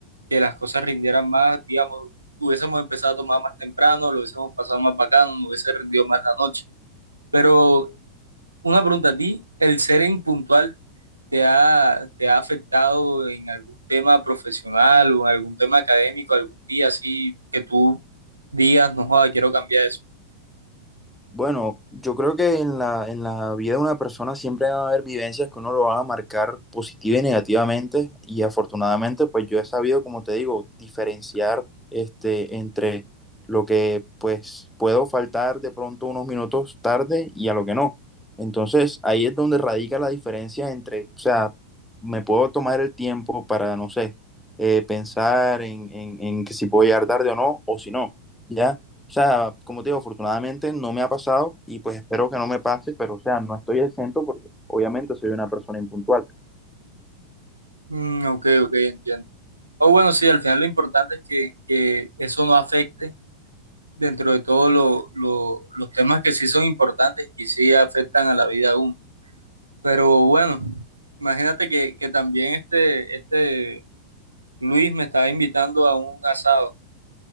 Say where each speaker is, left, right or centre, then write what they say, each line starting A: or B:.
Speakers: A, on the right; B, in the centre.
A: que las cosas rindieran más, digamos, hubiésemos empezado a tomar más temprano, lo hubiésemos pasado más bacano, no hubiese rendido más la noche. Pero una pregunta a ti, ¿el ser impuntual te ha, te ha afectado en algún tema profesional o en algún tema académico, algún día así que tú digas, no joda, quiero cambiar eso?
B: Bueno, yo creo que en la, en la vida de una persona siempre va a haber vivencias que uno lo van a marcar positiva y negativamente y afortunadamente pues yo he sabido, como te digo, diferenciar este, entre lo que pues puedo faltar de pronto unos minutos tarde y a lo que no. Entonces ahí es donde radica la diferencia entre, o sea, me puedo tomar el tiempo para, no sé, eh, pensar en, en en que si puedo llegar tarde o no, o si no, ¿ya? O sea, como te digo, afortunadamente no me ha pasado y pues espero que no me pase, pero o sea, no estoy exento porque obviamente soy una persona impuntual.
A: Mm, ok, ok, entiendo. O bueno, sí, al final lo importante es que, que eso no afecte dentro de todos los temas que sí son importantes y sí afectan a la vida de uno. Pero bueno, imagínate que, que también este, este Luis me estaba invitando a un asado